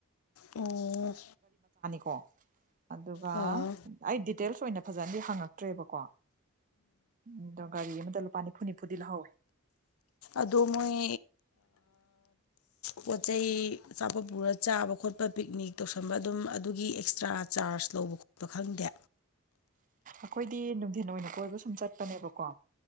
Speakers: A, on the left; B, on the right.
A: ꯑꯣ
B: ꯀꯣ ꯑꯗꯨꯒ
A: ꯑꯥ
B: ꯑꯩ ꯗꯤꯇꯦꯜꯁ ꯑꯣꯏꯅ ꯐꯖꯅꯗꯤ ꯍꯪꯉꯛꯇ꯭ꯔꯦꯕꯀꯣ ꯎꯝꯗ ꯒꯥꯔꯤ ꯃꯗ ꯂ ꯄꯅꯤ ꯐꯨꯅꯤ ꯐꯨꯗꯤ ꯂ ꯍ
A: ꯑꯗꯣ ꯃꯣꯏ ꯄꯣꯠꯆꯩ ꯆꯥꯄ ꯄꯨꯔ ꯆꯥꯕ ꯈꯣꯠꯄ ꯄꯤꯛꯅꯤꯛ ꯇꯧꯁꯟꯕ ꯑꯗꯨꯝ ꯑꯗꯨꯒꯤ ꯑꯦꯛꯁꯇ꯭ꯔꯥ ꯆꯥꯔꯖ ꯂꯧꯕ ꯈꯣꯠꯄ ꯈꯪꯗꯦ
B: ꯑꯩꯈꯣꯏꯗꯤ ꯅꯨꯡꯊꯤꯟ ꯑꯣꯏꯅ ꯀꯣꯏꯕ ꯁꯨꯝ ꯆꯠꯄꯅꯦꯕꯀꯣ